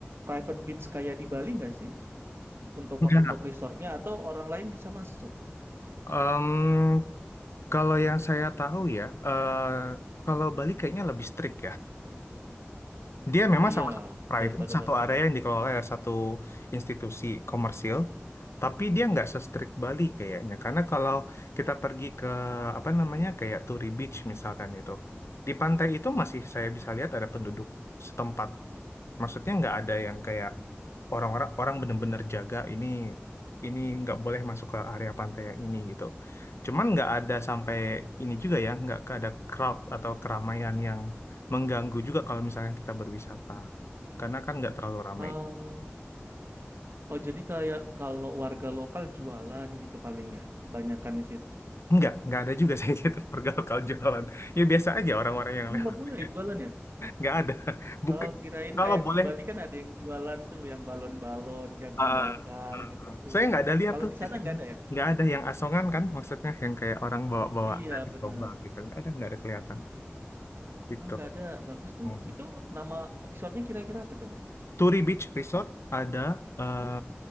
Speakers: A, on the right; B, on the left.
A: private beach kayak di Bali nggak sih? Untuk
B: Enggak.
A: untuk resortnya atau orang lain bisa masuk?
B: Em, kalau yang saya tahu ya, eh, kalau Bali kayaknya lebih strict Dia memang
A: Iya,
B: sama private
A: daripada
B: satu
A: Batam.
B: area yang dikelola oleh satu institusi komersil, tapi dia nggak se-strict Bali kayaknya. Karena kalau kita pergi ke apa namanya kayak Turi Beach misalkan itu, di pantai itu masih saya bisa lihat ada penduduk setempat. Maksudnya nggak ada yang kayak orang-orang orang bener-bener jaga ini ini nggak boleh masuk ke area pantai yang ini gitu. Cuman nggak ada sampai ini juga ya, nggak ada crowd atau keramaian yang mengganggu juga kalau misalkan kita berwisata. Karena kan nggak terlalu ramai.
A: Oh, oh jadi kayak kalau warga lokal jualan gitu paling ya, banyakan di situ.
B: Nggak, nggak ada juga saya gitu <laughs> warga lokal jualan. Ya biasa aja orang-orang yang
A: Oh,
B: lewat
A: nggak boleh
B: aja.
A: ya jualan ya?
B: Nggak ada. Bukan
A: Oh, kirain
B: kalau
A: kayak
B: boleh
A: di Bali kan ada yang jualan tuh, yang balon-balon, jagung
B: Ah,
A: bakar
B: ah,
A: gitu-gitu.
B: saya nggak ada lihat
A: Kalau
B: tuh
A: di sana
B: di sini.
A: nggak ada ya?
B: Nggak ada yang asongan kan, maksudnya yang kayak orang bawa-bawa
A: Iya
B: dari
A: bener.
B: domba gitu. Nggak ada, nggak ada kelihatan gitu.
A: Ah nggak ada, bagus tuh.
B: Hmm.
A: Itu nama resortnya kira-kira apa tuh bang?
B: Turi Beach Resort ada, eh